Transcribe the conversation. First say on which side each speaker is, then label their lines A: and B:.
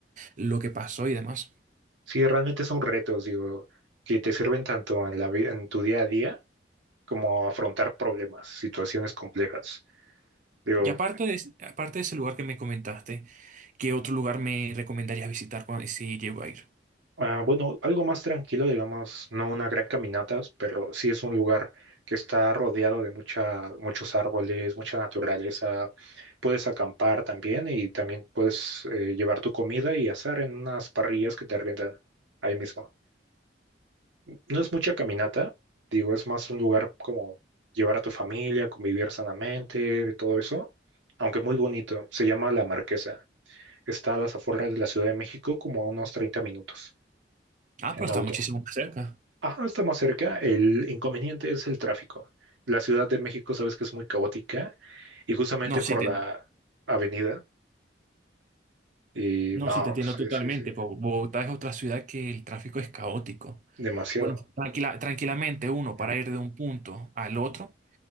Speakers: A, on the right; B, on the right.
A: lo que pasó y demás.
B: Sí, realmente son retos, digo, que te sirven tanto en la vi- en tu día a día como afrontar problemas, situaciones complejas. Digo,
A: Y aparte de, es- aparte de ese lugar que me comentaste, ¿qué otro lugar me recomendarías visitar cuando, si llego a ir?
B: Ah, bueno, algo más tranquilo, digamos, no una gran caminata, pero sí es un lugar que está rodeado de mucha, muchos árboles, mucha naturaleza. Puedes acampar también y también puedes eh, llevar tu comida y asar en unas parrillas que te arriendan ahí mismo. No es mucha caminata, digo, es más un lugar como llevar a tu familia, convivir sanamente, todo eso, aunque muy bonito. Se llama La Marquesa. Está a las afueras de la Ciudad de México, como a unos 30 minutos
A: Ah,
B: en
A: pero está
B: auto.
A: muchísimo más cerca.
B: Ajá, está más cerca. El inconveniente es el tráfico. La Ciudad de México, sabes que es muy caótica y justamente
A: No,
B: por
A: sí te,
B: la avenida. Y
A: no,
B: no,
A: sí te entiendo
B: sí,
A: totalmente.
B: sí, sí,
A: po- Bogotá es otra ciudad que el tráfico es caótico.
B: demasiado.
A: Bueno, tranquila, tranquilamente uno
B: Ajá.
A: para ir de un punto al otro.